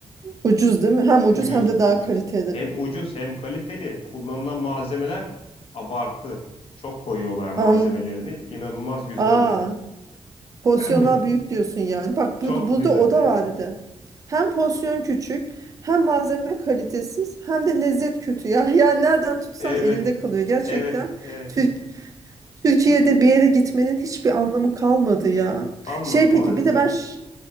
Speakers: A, on the right (about 35°); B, on the left (about 65°).
A: Ucuz değil mi? Hem ucuz
B: Ucuz,
A: hem de daha
B: ucuz.
A: kaliteli.
B: Hem ucuz hem kaliteli. Kullanılan malzemeler abartı. Çok koyuyorlar malzemelerini.
A: Am,
B: İnanılmaz güzel
A: aa,
B: oluyor.
A: porsiyonlar
B: <clears throat>
A: büyük diyorsun yani. Bak
B: Çok
A: bu, burada
B: güzel.
A: o da
B: Evet.
A: var bir de. Hem porsiyon küçük, hem malzeme kalitesiz, hem de lezzet kötü. Ya, <laughs> ya nereden tutsan
B: Evet.
A: elinde kalıyor. Gerçekten
B: Evet. Evet.
A: Tür- Türkiye'de
B: <laughs>
A: bir yere gitmenin hiçbir anlamı kalmadı ya.
B: Kalmadı
A: Şey
B: maalesef.
A: peki bir de ben ş-